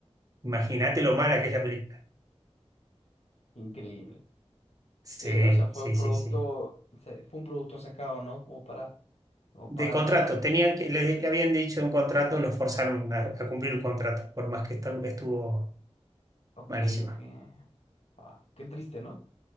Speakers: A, on the right; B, on the left.
A: Imagínate lo mala que es la película.
B: Increíble.
A: Sí,
B: Eh, o sea, fue
A: sí,
B: un producto,
A: sí, sí.
B: se- fue un producto sacado, ¿no? Como para, como
A: De
B: para
A: contrato, tenía que, le, le habían dicho un contrato, lo forzaron a, a cumplir un contrato, por más que estu- estuvo
B: Ok,
A: malísima.
B: ok. Ah, qué triste, ¿no?